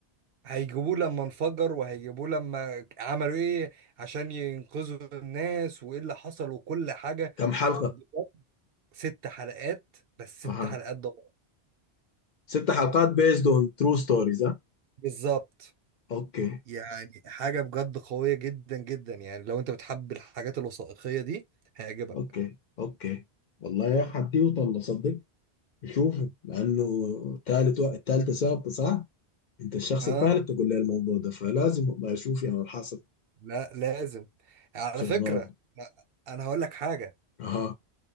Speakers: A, on the right (about 65°); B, on the left (about 55°).
A: هيجيبوه لما انفجر وهيجيبوه لما عملوا ايه عشان ينقذوا الناس وايه اللي حصل وكل حاجه
B: كم حلقة
A: بجد ست حلقات بس
B: اها
A: ست حلقات ده
B: ست حلقات based on true stories ها
A: بالظبط
B: اوكي
A: يعني حاجة بجد قوية جدا جدا يعني لو انت بتحب الحاجات الوثائقية دي هيعجبك
B: اوكي اوكي والله يا اخي حديه طلع صدق نشوفه لانه تالت و... التالتة ثابتة صح انت الشخص
A: اه
B: الثالث تقول لي الموضوع ده فلازم والله اشوف يعني الحاصل
A: لا لازم على
B: تشيرنوبل
A: فكرة لا، انا هقول لك حاجة
B: اها